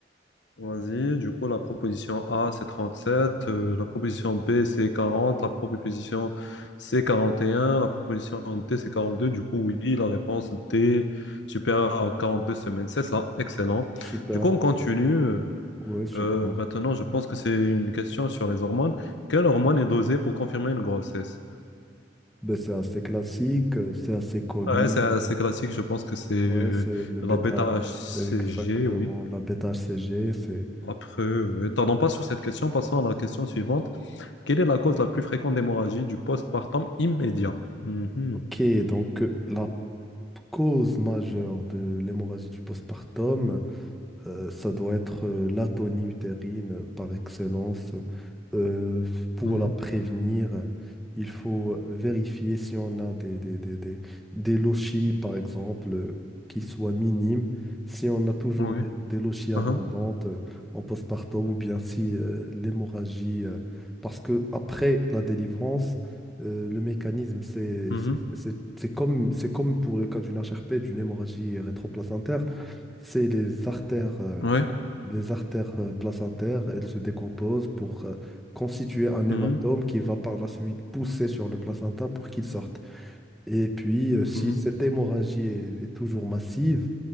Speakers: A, on the left; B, in the centre.
A: Vas-y. Du coup, la proposition A, c'est 37. euh, la proposition B, c'est quarante, La proposition C, quarante et un, La proposition D, c'est 42. Du coup, oui, la réponse D, supérieure à 42 semaines, c'est ça. Excellent.
B: Ouais, Super.
A: Du coup, on continue.
B: Ouais, super.
A: Euh, maintenant, je pense que c'est une question sur les hormones. Quelle hormone est dosée pour confirmer une grossesse?
B: Ben, c'est assez classique, euh, c'est assez connu.
A: Ouais, c'est assez classique. Je pense que c'est euh,
B: Ouais, Mm. c'est le
A: la
B: bêta,
A: bêta-HCG,
B: exactement,
A: oui.
B: la bêta HCG, c'est...
A: Après, ouais, tardons pas sur cette question, passons à la question suivante. Quelle est la cause la plus fréquente d'hémorragie du postpartum immédiat? Mhm,
B: Ok, donc euh, la cause majeure de l'hémorragie du postpartum, Euh, ça doit être euh, l'atonie utérine euh, par excellence. Euh, pour
A: mhm,
B: la prévenir, euh, il faut vérifier si on a des, des, des, des, des lochies, par exemple, euh, qui soient minimes. Si on a toujours
A: ouais,
B: des, des lochies abondantes
A: uhum,
B: euh, en postpartum ou bien si euh, l'hémorragie. euh, parce que après la délivrance, euh, le mécanisme, c'est
A: mhm,
B: c'est- c'est- c'est comme, c'est comme pour le cas d'une HRP, d'une hémorragie rétroplacentaire c'est les artères, euh,
A: ouais,
B: les artères euh, placentaires, elles se décomposent pour euh, constituer un hématome
A: mhm,
B: qui va par la suite pousser sur le placenta pour qu'il sorte. Et puis, euh, si
A: mhm,
B: cette hémorragie est, est toujours massive,